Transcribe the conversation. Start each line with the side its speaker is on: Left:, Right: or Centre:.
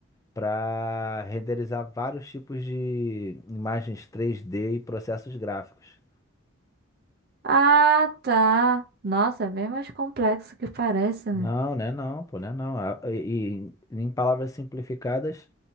Left: para renderizar vários tipos de imagens 3D e processos gráficos.
Right: Ah, tá. Nossa, é bem mais complexo que parece,
Left: Não,
Right: né?
Left: né? Não, pô, né? Não. A- E, e em palavras simplificadas,